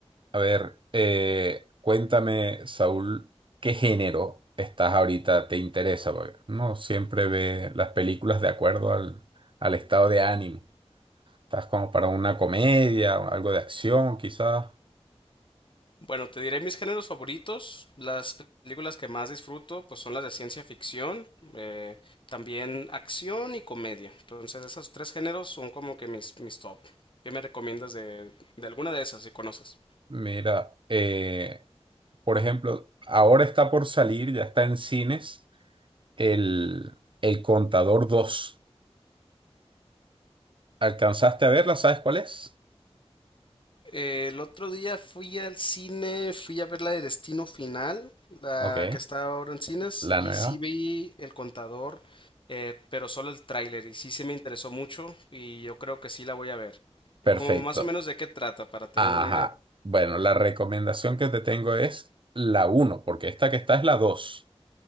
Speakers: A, on the right (about 50°); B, on the left (about 50°).
A: A ver, eh, cuéntame, Saúl, ¿qué género estás ahorita? ¿Te interesa? Porque no siempre ve las películas de acuerdo al, al estado de ánimo. ¿Estás como para una comedia, o algo de acción, quizás?
B: Bueno, te diré mis géneros favoritos. Las películas que más disfruto, pues son las de ciencia ficción, eh, también acción y comedia. Entonces, esos tres géneros son como que mis, mis top. ¿Qué me recomiendas de, de alguna de esas, si conoces?
A: Mira, eh, por ejemplo, ahora está por salir, ya está en cines, el, El Contador 2. ¿Alcanzaste a verla? ¿Sabes cuál es?
B: Eh, el otro día fui al cine, fui a ver la de Destino Final, la
A: Ok,
B: que está ahora en cines,
A: la
B: y
A: nueva.
B: sí vi El Contador, eh, pero solo el tráiler, y sí se me interesó mucho, y yo creo que sí la voy a ver.
A: Perfecto.
B: Como más o menos de qué trata, para tener
A: Ajá.
B: una idea.
A: Bueno, la recomendación que te tengo es la uno, porque esta que está es la 2.